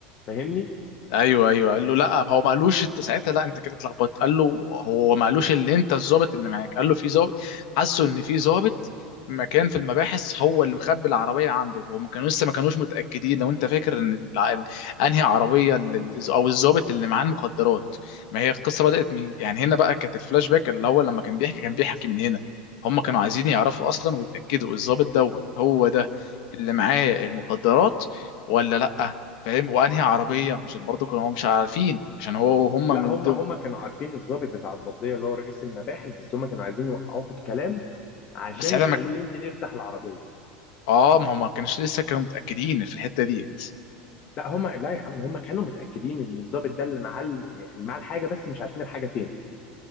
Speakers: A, on the left; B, on the left.
A: فاهمني
B: ايوه ايوه قال له لا هو ما قالوش انت ساعتها لا انت كده اتلخبطت قال له هو ما قالوش اللي انت الظابط اللي معاك قال له في ظابط حسوا ان في ظابط في مكان في المباحث هو اللي مخبي العربيه عنده وما كانوا لسه ما كانوش متاكدين لو انت فاكر ان الع- ال- انهي عربيه اللي- او الظابط اللي معاه المخدرات ما هي القصه بدات من يعني هنا بقى كانت الفلاش باك اللي هو لما كان بيحكي كان بيحكي من هنا هم كانوا عايزين يعرفوا اصلا ويتاكدوا الظابط دوت هو ده اللي معاه المخدرات ولا لا فاهم وانهي عربيه عشان برضه كانوا هم مش عارفين عشان هو وهم
A: لا
B: من
A: هم
B: دول
A: هم كانوا عارفين الضابط بتاع الضبطيه اللي هو رئيس المباحث بس هم كانوا عايزين يوقعوه في الكلام عشان
B: بس ساعتها
A: يخلوه
B: ما
A: ينزل يفتح العربيه
B: اه ما هم ما كانوش لسه كانوا متاكدين في الحته ديت
A: لا هم لا يا عم هم كانوا متاكدين ان الضابط ده اللي معاه ال- اللي معاه الحاجه بس مش عارفين الحاجه فين